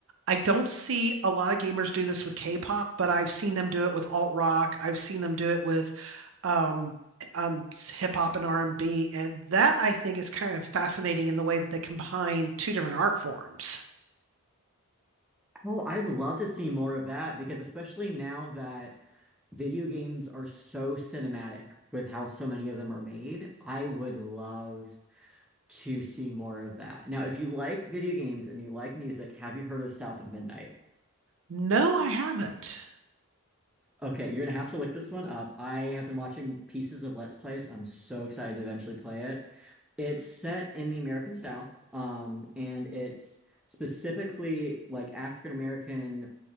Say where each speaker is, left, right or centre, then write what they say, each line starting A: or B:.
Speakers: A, on the right; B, in the centre.
A: I don't see a lot of gamers do this with K-pop, but I've seen them do it with alt rock. I've seen them do it with um, eh, um, hip hop and R&B, and B. And that I think is kind of fascinating in the way that they combine two different art forms.
B: Oh, I'd love to see more of that because especially now that video games are so cinematic with how so many of them are made, I would love to see more of that. Now, if you like video games and you like music, have you heard of South of Midnight?
A: No, I haven't.
B: Okay, you're gonna have to look this one up. I have been watching pieces of Let's Plays. I'm so excited to eventually play it. It's set in the American South, um, and it's specifically like African American